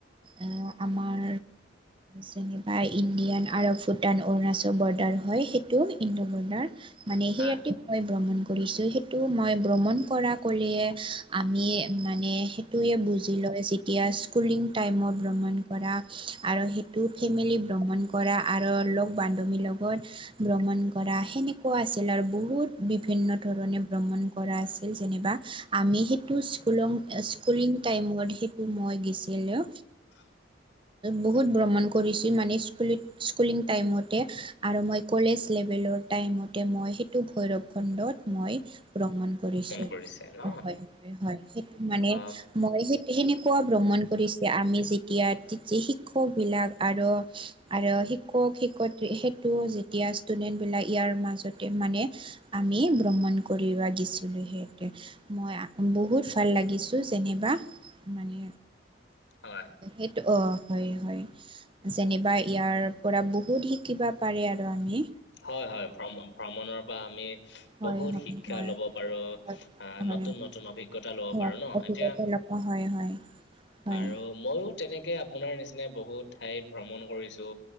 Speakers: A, on the right; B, on the left.
A: এই আমাৰ যে বা ইণ্ডিয়ান আৰু ভূটান অৰুণাচল বৰ্ডাৰ হয় সেইটো ইণ্ডো বৰ্ডাৰ। মানে
B: হা
A: সেই ৰাতি মই ভ্ৰমণ কৰিছো। সেইটো মই ভ্ৰমণ কৰা কলিয়ে আমি মানে সেইটোৱে বুজি লয় যেতিয়া- স্কুলিং টাইমত ভ্ৰমণ কৰা, আৰু সেইটো ফেমিলি ভ্ৰমণ কৰা, আৰু লগ বান্ধৱীৰ লগত, ভ্ৰমণ কৰা সেনেকুৱা আছিল, আৰু বহুত বিভিন্ন ধৰণে ভ্ৰমণ কৰা আছিল যেনিবা। আমি সেইটো স্কুলং স্কুলিং টাইমত সেইটো মই গেছিলোঁ।
B: <unintelligible>
A: বহুত ভ্ৰমণ কৰিছো মানে স্কুলি স্কুলিং টাইমতে। আৰু মই কলেজ লেভেলত টাইমতে মই সেইটো ভৈৰৱ খণ্ডত মই ভ্ৰমণ কৰিছোঁ।
B: কৰিছে ন
A: হয় হয় হয়, সেইটো মানে
B: অ
A: মই সেই সেনেকুৱা ভ্ৰ ভ্ৰমণ কৰিছে আমি যেতিয়া তেতি শিক্ষক বিলাক আৰ আৰু শিক্ষক শিক্ষয়িত্ৰী সেইটো যেতিয়া ষ্টুডেন্ট বিলাক ইয়াৰ মাজতে মানে আমি ভ্ৰমণ কৰিবা গেছিলো সিহঁতে মই আ বহুত ভাল লাগিছোঁ যেনেবা, মানে
B: হয়
A: এ অ হয় হয়, যেনিবা ইয়াৰ পৰা বহুত শিকিবা পাৰে আৰ পানী
B: হয় হয়, ভ্ৰম ভ্ৰমণৰ পৰা আমি
A: হয়
B: বহুত
A: হয়
B: শিক্ষা
A: হয়
B: ল'ব পাৰো,
A: হয়
B: আ
A: হয়
B: নতুন নত নতুন অভিজ্ঞতা লব
A: হয়
B: পাৰো ন
A: অভিজ্ঞতা
B: এতিয়া
A: ল'ব হয় হয়, হয়
B: আৰু মইও তেনেকে আপোনাৰ নিচিনাই বহুত ঠাইত ভ্ৰমণ কৰিছো।